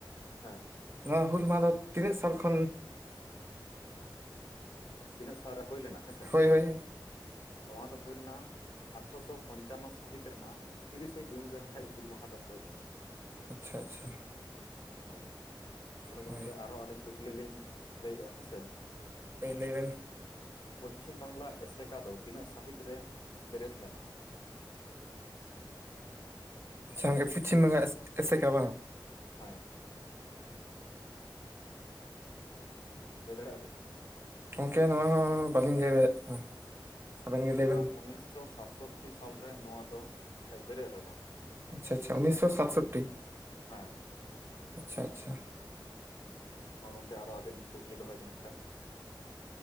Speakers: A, on the left (about 65°); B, on the right (about 30°).
A: ᱦᱮᱸ
B: ᱱᱚᱣᱟ ᱦᱩᱞ ᱢᱟᱦᱟ ᱫᱚ ᱛᱤᱱᱟᱹᱜ ᱥᱟᱞ ᱠᱷᱚᱱ?
A: ᱛᱤᱱᱟᱹᱜ ᱥᱟᱞ ᱨᱮ ᱦᱳᱭ ᱞᱮᱱᱟ ᱦᱮᱸ ᱥᱮ
B: ᱦᱳᱭ ᱦᱳᱭ
A: ᱱᱚᱣᱟ ᱫᱚ ᱦᱳᱭ ᱞᱮᱱᱟ ᱟᱴᱷᱨᱚᱥᱚ ᱯᱚᱧᱪᱟᱱᱱᱚ ᱥᱟᱹᱦᱤᱛ ᱨᱮᱱᱟᱜ ᱛᱤᱨᱤᱥᱮ ᱡᱩᱱ ᱨᱮ ᱮᱱ ᱠᱷᱟᱡ ᱦᱩᱞ ᱢᱟᱦᱟ ᱫᱚ ᱦᱩᱭ ᱞᱮᱱᱟ
B: ᱟᱪᱪᱷᱟ ᱟᱪᱪᱷᱟ
A: ᱦᱳᱭ ᱛᱟᱦᱞᱮ ᱜᱚᱝᱠᱮ
B: ᱦᱳᱭ
A: ᱟᱨᱦᱚᱸ ᱟᱹᱞᱤᱧ ᱠᱩᱠᱞᱤ ᱞᱤᱧ ᱞᱟᱹᱭᱮᱜᱼᱟ ᱦᱮᱸ ᱥᱮ?
B: ᱦᱮᱸ ᱞᱮᱭ ᱵᱤᱱ
A: ᱯᱚᱪᱷᱤᱢ ᱵᱟᱝᱞᱟ ᱮᱥᱮᱠᱟ ᱫᱚ ᱛᱤᱱᱟᱹᱜ ᱥᱺᱦᱤᱛ ᱨᱮ ᱵᱮᱨᱮᱫ ᱞᱮᱱᱟ?
B: ᱟᱪᱪᱷᱟ ᱯᱚᱩᱪᱷᱤᱢ ᱵᱚᱝᱜᱟ ᱮᱥᱮᱠᱟ ᱵᱟᱝ?
A: ᱦᱮᱸ ᱞᱟᱹᱭ ᱫᱟᱲᱮᱭᱟᱜ ᱟᱵᱤᱱ?
B: ᱜᱚᱢᱠᱮ ᱱᱚᱣᱟ ᱦᱚᱸ ᱵᱟᱹᱞᱤᱧ ᱞᱟᱹᱭ ᱫᱟᱲᱭᱟᱜ ᱠᱟᱱᱟ᱾ ᱟᱵᱮᱱ ᱜᱮ ᱞᱟᱹᱭ ᱵᱮᱱ
A: ᱟᱸ ᱩᱱᱤᱥᱥᱚ ᱥᱟᱛᱥᱚᱴᱴᱤ ᱥᱟᱞᱨᱮ ᱱᱚᱣᱟ ᱫᱚ ᱱᱟᱠᱷᱟᱡ ᱵᱮᱨᱮᱫ ᱞᱮᱱᱟ᱾
B: ᱟᱪᱪᱷᱟ ᱟᱪᱪᱷᱟ ᱩᱱᱤᱥᱥᱚ ᱥᱟᱛᱥᱚᱴᱴᱤ
A: ᱦᱮᱸ
B: ᱟᱪᱪᱷᱟ ᱟᱪᱪᱷᱟ᱾
A: ᱢᱟ ᱜᱚᱝᱠᱮ ᱟᱨᱚ ᱟᱹᱵᱤᱱ ᱠᱩᱠᱞᱤ ᱫᱚᱦᱚᱭ ᱵᱤᱱ ᱮᱱ ᱠᱷᱟᱱ᱾